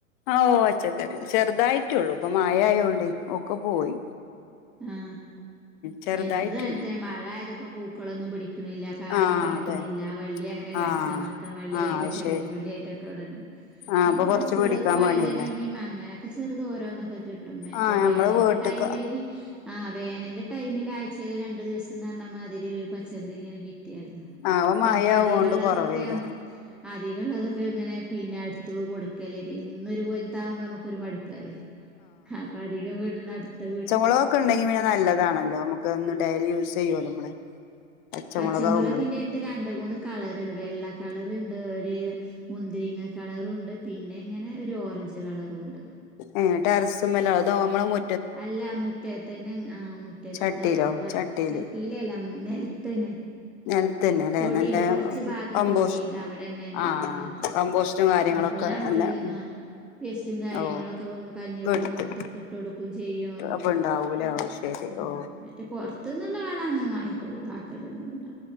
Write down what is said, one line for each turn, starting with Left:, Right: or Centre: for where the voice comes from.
Left: ഓ അച്ച ത <unintelligible> ചെറുതായിട്ടള്ളൂ ഇപ്പൊ മഴയോണ്ടെ ഒക്കെ പൊയി
Centre: ആ
Left: ചെറുതായിട്ടുണ്ട്
Centre: എന്റത് മഴ ആയതപ്പോ പൂക്കളൊന്നും വിക്കണില്ല കായം
Left: ആഹ്
Centre: പിടിക്കണില്ല
Left: അതെ
Centre: വള്ളി അങ്ങനെ കിടക്കുക
Left: ആഹ്
Centre: മത്തം വള്ളിയായിട്ട്
Left: ആഹ് അത്
Centre: ചിരങ്ങ
Left: ശരി
Centre: വള്ളിയായിട്ടൊക്കെ ഇവിടെണ്ട്
Left: ആഹ്
Centre: പിന്നെ
Left: അപ്പൊ കൊറച്ച്
Centre: മച്ചവളകും
Left: പിടിക്കാൻ
Centre: വൈതനങ്ങിയ
Left: പണിയല്ലേ
Centre: അങ്ങനൊക്കെ ചെറുത ഓരോന്നൊക്കെ കിട്ടും മറ്റേ
Left: ആഹ് ഞമ്മള്
Centre: വേനലി
Left: വീട്ട്ക്ക്
Centre: ടൈ മില് ആ വേനലിന്റെ ടൈമിൽ ആഴ്ചൽ രണ്ടു ദിവസംന്ന് പറഞ്ഞാൽ മാതിരി പച്ചക്കറി ഇങ്ങനെ കിട്ട
Left: ആഹ് ഇപ്പൊ
Centre: പിന്നെ
Left: മഴയാവോണ്ട്
Centre: അധികള്ളതൊക്കെ
Left: കൊറവേക്കാരം
Centre: അധികള്ളതൊക്കെ ഇങ്ങനെ പിന്നെ അടുത്ത് കൊടുക്കലേ എന്നും ഒരുപോലത്തെ ആകുമ്പോ നമുക്കൊരു മടു ല്ലേ അപ്പൊ അധികം വീടിനടുത്തു
Left: മുളമൊക്കെ ഉണ്ടെങ്കി പിന്നെ നല്ലതാണല്ലോ നമുക്ക് എന്നും ഡൈലി യൂസ് ചെയ്യുമല്ലോ നമ്മള് പച്ചമുളകാവുമ്പളേ
Centre: പച്ചമുളകിന്റെഅടുത്ത് രണ്ട് മൂന്ന് കളറുണ്ട് വെള്ള കളറുണ്ട് ഒരു മുന്തിരിങ്ങ കളറുണ്ട് പിന്നെ ഇങ്ങനെ ഒരു ഓറഞ്ച് കളറും ഉണ്ട്
Left: ഏഹ് ടെറസ്മ്മലോ അതോ അമ്മളെ മു
Centre: അല്ല മുറ്റത്തന്നെ ആ മുറ്റത്
Left: ചട്ടിയിലോ
Centre: ത
Left: ചട്ടിയില്
Centre: ചട്ടിലല്ല നിലത്തന്നെ <unintelligible>
Left: നിലത്തന്നെ അല്ലെ
Centre: തൊടിയുണ്ട്
Left: നല്ല
Centre: കുറച്ച് ഭാഗം
Left: കമ്പോസ്
Centre: തൊടിയുണ്ട് അവിടെ അങ്ങനെ
Left: ആഹ്
Centre: ആട്ട
Left: കമ്പോസ്റ്റും കാര്യങ്ങളൊക്കെ
Centre: ആ ഞാ
Left: നല്ല
Centre: മളെ <unintelligible>
Left: ഉം
Centre: ആഹ വേസ്റ്റും കാര്യങ്ങളൊക്കെ
Left: ഓ
Centre: കഞ്ഞിവെള്ളവും
Left: എടുത്ത്
Centre: അങ്ങനത്തെൊക്കെ ഇട്ട് കൊടുക്കും ചെയ്യും
Left: അപ്പൊ ഉണ്ടാവൂലേ
Centre: അങ്ങെ
Left: ഓ ശരി
Centre: മ്മ്
Left: ഓ
Centre: മറ്റേ പുറത്തുന്നള്ള വളം അങ്ങനെ വാങ്ങി ഇതാക്കലൊന്നുല്ല